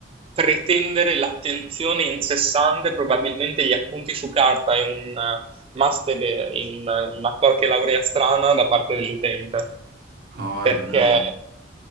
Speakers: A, on the right (about 30°); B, on the right (about 50°).
A: pretendere l'attenzione incessante, probabilmente gli appunti su carta e un eh, master in eh, una qualche laurea strana da parte dell'utente.
B: Oh, guarda,
A: Perché
B: dai.